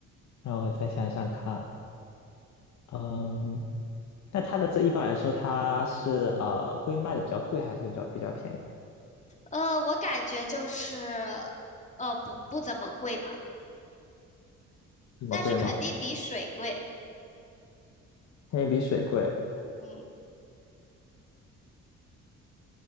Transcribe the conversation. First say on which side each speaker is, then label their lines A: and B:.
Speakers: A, on the left; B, on the left.
A: 让我再想想看，嗯，那它的这一般来说，它是呃会卖的比较贵，还是会比较比较便宜？
B: 呃，我感觉就是，呃，不不怎么贵吧，
A: 这么贵吗？
B: 但是肯定比水贵。
A: 肯定比水贵，
B: 嗯，